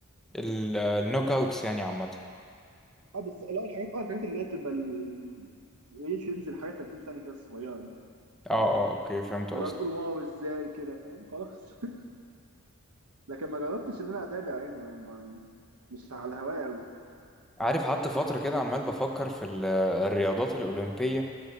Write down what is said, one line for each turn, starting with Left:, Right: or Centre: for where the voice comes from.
Centre: ال- النوك اوتس يعني عامة
Right: اه بس لا الحاجات اه الحاجات اللي هي بتبقى ال- قليل تنزل حاجات 30 ثانيه كده صغيره يعني
Centre: اه اه اوكي فهمت
Right: فلا
Centre: قصدي
Right: تقول واو ازاي كده فاهم خلاص <laughs> لكن ما جربتش ان انا اتابع يعني ما- ما- مش على الهوايه قوي
Centre: عارف قعدت فترة كده عمال بفكر في ال- الرياضات الأولمبية